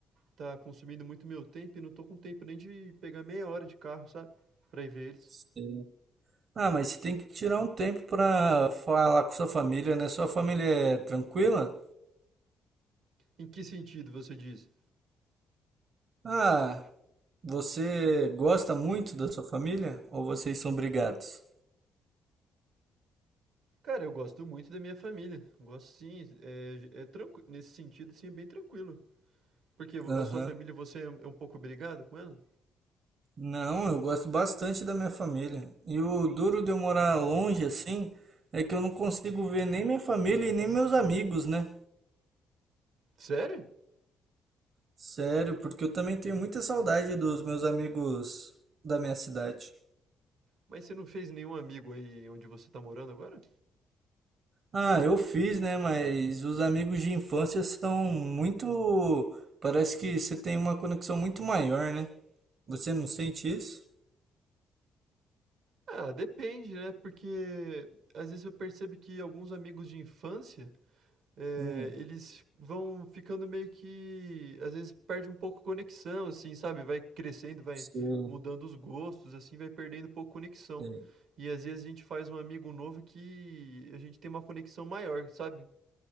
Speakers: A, on the right; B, on the right.
A: tá consumindo muito meu tempo e não tô com tempo nem de pegar meia hora de carro, sabe? Pra ir ver eles.
B: Sim. Ah, mas você tem que tirar um tempo pra falar com sua família, né? Sua família é tranquila?
A: Em que sentido você diz?
B: Ah, você gosta muito da sua família ou vocês são brigados?
A: Cara, eu gosto muito da minha família. Gosto sim, é, é tranqui- nesse sentido, sim, é bem tranquilo. Porque
B: Aham.
A: a sua família, você é é um pouco brigado com ela?
B: Não, eu gosto bastante da minha família. E o duro de eu morar longe assim é que eu não consigo ver nem minha família e nem meus amigos, né?
A: Sério?
B: Sério, porque eu também tenho muita saudade dos meus amigos da minha cidade.
A: Mas você não fez nenhum amigo aí onde você tá morando agora?
B: Ah, eu fiz, né? Mas os amigos de infância são muito. Parece que você tem uma conexão muito maior, né? Você não sente isso?
A: Ah, depende, né? Porque às vezes eu percebo que alguns amigos de infância Eh,
B: Hum,
A: eles vão ficando meio que às vezes perde um pouco a conexão, assim, sabe, vai crescendo, vai
B: sei,
A: mudando os gostos, assim, vai perdendo um pouco a conexão.
B: sei.
A: E às vezes a gente faz um amigo novo que a gente tem uma conexão maior, sabe?